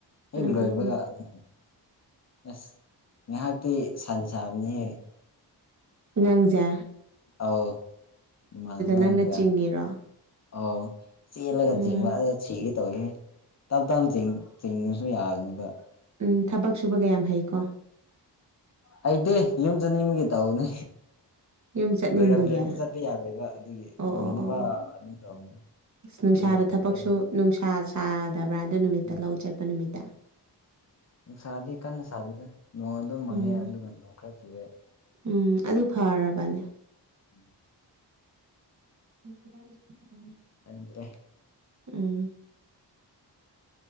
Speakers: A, on the left; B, on the right.
A: ꯍꯦꯛ
B: ꯎꯝ
A: ꯂꯣꯏꯕꯒ
B: ꯎꯝ ꯎꯝ
A: ꯑꯗꯨꯝ ꯑꯁ ꯉꯥꯏꯍꯥꯛꯇꯤ ꯁꯟ ꯁꯥꯕꯅꯤ ꯍꯦ
B: ꯅꯪꯖꯦ
A: ꯑꯥꯎ ꯏꯃꯥ
B: ꯅꯪꯅ
A: ꯑꯃꯒ
B: ꯆꯤꯡꯉꯤꯔꯣ
A: ꯑꯧ ꯆꯦꯜꯂꯒ
B: ꯎꯝ
A: ꯆꯤꯡꯕ ꯑꯗꯨ ꯁꯤꯒꯦ ꯇꯧꯋꯤꯍꯦ ꯇꯞ ꯇꯞ ꯆꯤꯡ ꯆꯤꯡꯉꯁꯨ ꯌꯥꯕꯅꯦꯕ
B: ꯎꯝ ꯊꯕꯛ ꯁꯨꯕꯒꯌꯥꯝ ꯍꯩꯀꯣ
A: ꯍꯩꯗꯦ ꯏꯌꯨꯝ ꯖꯅꯤꯡꯕꯒꯤ ꯇꯥꯎꯅꯦ
B: ꯌꯨꯝ ꯆꯠꯅꯤꯡꯕꯒꯤ
A: ꯂꯣꯏꯔꯝꯗ꯭ꯔꯗꯤ
B: ꯑꯣ
A: ꯆꯠꯄ ꯌꯥꯔꯣꯏꯕ ꯑꯗꯨꯒꯤ ꯂꯣꯏꯅꯕ
B: ꯑꯣ ꯑꯣ ꯑꯣ
A: ꯑꯗꯨꯝ ꯇꯧꯅꯤ
B: ꯑꯁ ꯅꯨꯡꯁꯥꯗ
A: ꯑꯗꯨꯒ ꯂꯣꯏꯔꯦ
B: ꯊꯕꯛꯁꯨ ꯅꯨꯡꯁꯥ ꯁꯥꯗꯕ꯭ꯔꯥ ꯑꯗꯨ ꯅꯨꯃꯤꯠꯇ
A: ꯎꯝ
B: ꯂꯧ ꯆꯠꯄ ꯅꯨꯃꯤꯠꯇ
A: ꯅꯨꯡꯁꯥꯗꯤ ꯀꯟꯅ ꯁꯥꯗꯦꯗꯅ ꯅꯣꯡ ꯑꯗꯨꯝ ꯃꯪꯉꯦ
B: ꯎꯝ
A: ꯑꯗꯨꯒ ꯅꯣꯡ ꯈꯔ ꯆꯨꯋꯦ
B: ꯎꯝ ꯑꯗꯨ ꯐꯔꯕꯅꯦ
A: ꯎꯝ
B: <unintelligible>
A: ꯈꯪꯗ꯭ꯔꯦ
B: ꯎꯝ